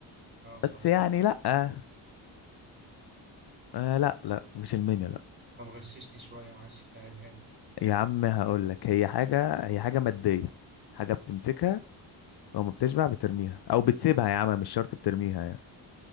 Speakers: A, on the right; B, on the left.
A: اه طبعا
B: بس يعني لا آه آه، لا لا مش المنيو لا
A: طب غششني شوية معلش سهلها لي
B: يا عم هقول لك هي حاجة هي حاجة مادية حاجة بتمسكها وما بتشبع بترميها او بتسيبها يا عم مش شرط بترميها يعني